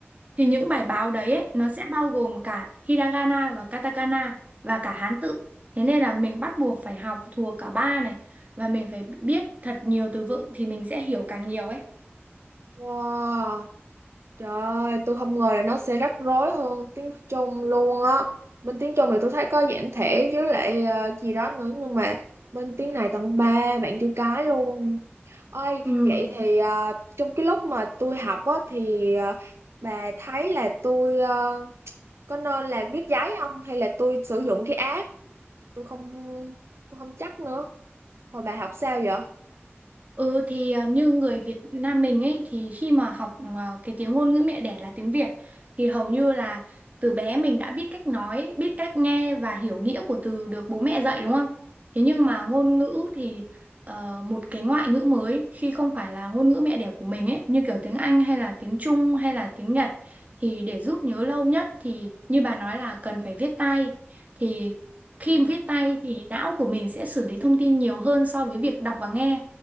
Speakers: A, on the right (about 35°); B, on the right (about 70°).
A: thì những bài báo đấy ấy, nó sẽ bao gồm cả hiragana và katakana và cả Hán tự. Thế nên là mình bắt buộc phải học thuộc cả ba này và mình phải biết thật nhiều từ vựng thì mình sẽ hiểu càng nhiều ấy.
B: Wow trời ơi, tôi không ngờ là nó sẽ rắc rối hơn tiếng Trung luôn á bên tiếng Trung thì tôi thấy có giản thể với lại ờ, gì đó nữa nhưng mà bên tiếng này tận ba bạn chữ cái luôn ơi
A: Ừ.
B: vậy thì ờ, trong cái lúc mà tôi học á thì ờ, bà thấy là tôi ờ, có nên là viết giấy không hay là tôi sử dụng cái app tôi không tôi không chắc nữa hồi bà học sao vậy
A: Ừ thì à, như người Việt Nam mình ấy thì khi mà học à, cái tiếng ngôn ngữ mẹ đẻ là tiếng Việt thì hầu như là từ bé mình đã biết cách nói, biết cách nghe và hiểu nghĩa của từ được bố mẹ dạy đúng không? Thế nhưng
B: ừ.
A: mà ngôn ngữ thì ờ, một cái ngoại ngữ mới khi không phải là ngôn ngữ mẹ đẻ của mình ấy như kiểu tiếng Anh hay là tiếng Trung hay là tiếng Nhật thì để giúp nhớ lâu nhất thì như bà nói là cần phải viết tay thì khi
B: Ờ,
A: viết tay thì não của mình sẽ xử lý thông tin nhiều hơn so với việc đọc và nghe